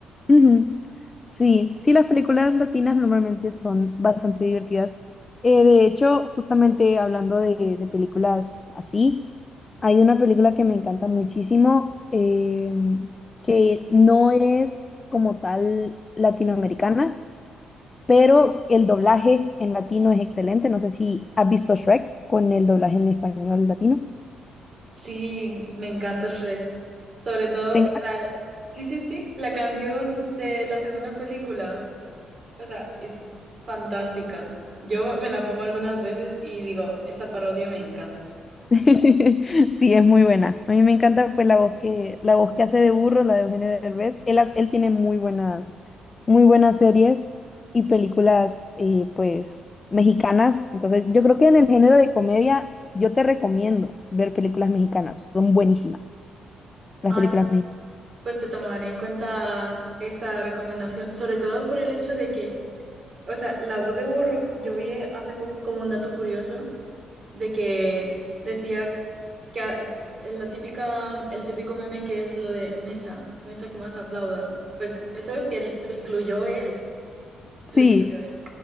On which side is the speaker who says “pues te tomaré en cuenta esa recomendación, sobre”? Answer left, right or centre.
Right